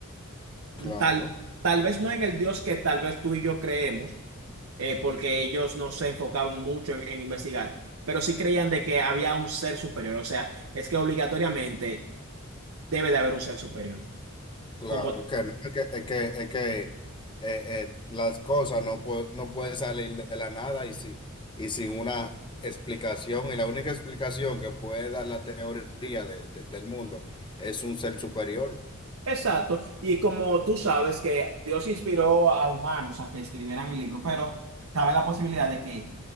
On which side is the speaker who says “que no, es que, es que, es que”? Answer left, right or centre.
Left